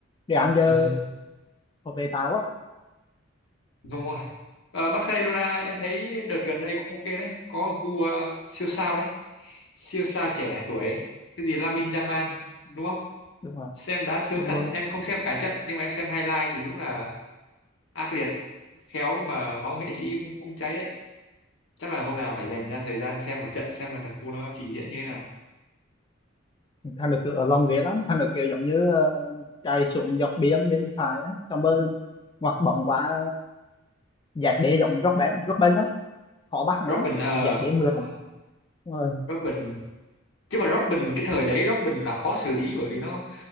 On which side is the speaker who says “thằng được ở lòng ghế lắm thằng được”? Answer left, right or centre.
Left